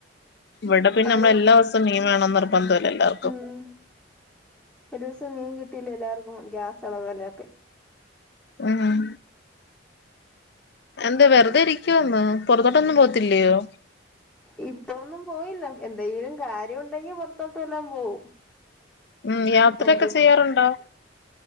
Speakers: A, on the left; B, in the centre.
A: ഇവിടെ പിന്നെ
B: അവര്
A: നമ്മള് എല്ലാ ദിവസം മീൻ വേണം ന്ന് നിർബന്ധല്ല എല്ലാർക്കും
B: ഉം ഒരു ദിവസം മീൻ കിട്ടിയില്ലെ എല്ലാവർക്കും ഗ്യാസ് എളവല്ല
A: ആഹ് എന്താ വെറുതെ ഇരിക്കുവാന്നോ പൊറത്തോട്ടൊന്നും പോത്തില്ലയോ
B: ഉ ഇപ്പൊന്നും പോയില്ല എന്തെങ്കിലും കാര്യം ഉണ്ടെങ്കി പൊറത്തോട്ട് വല്ലാം പോവും
A: ഉം യാത്രയൊക്കെ
B: ഇപ്പം
A: ചെയ്യാറുണ്ടോ